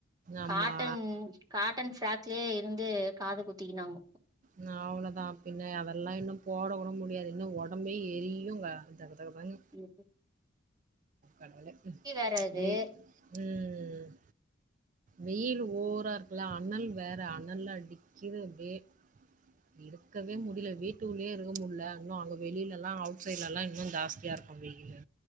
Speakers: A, on the right; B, on the right.
A: ஆமா.
B: காட்டன் காட்டன் ஃப்ராக்லயே இருந்து காது குத்திக்கினாங்க
A: நா அவ்ளவுதா பின்ன அதெல்லா இன்னு போட கூட முடியாது இன்னு ஒடம்பே எரியுங்க அந்த தக மானி
B: குட்டி
A: அதனால உம்
B: வேற அது
A: வெயி ம் ம்ம் வெயில் ஓவரா இருக்குல்ல அணல் வேற அனல் அடிக்குது அப்டியே இருக்கவே முடில வீட்டுக்குள்ளேயே இருக்க முடில இன்னு அங்க வெளில எல்லா அவுட் சைட்ல எல்லா இன்னு ஜாஸ்தியா இருக்கு வெயிலு